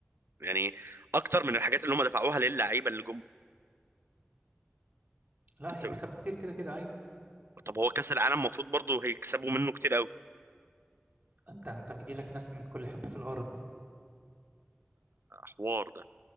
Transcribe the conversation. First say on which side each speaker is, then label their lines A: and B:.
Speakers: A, on the right; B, on the right.
A: يعني اكتر من الحاجات اللي هم دفعوها للعيبه اللي جم
B: لا هيكسبوا
A: انت
B: كتير كده كده ايوه
A: طب هو كاس العالم المفروض برضه هيكسبوا منه كتير قوي
B: انت انت بيجي لك ناس من كل حته في الارض
A: حوار ده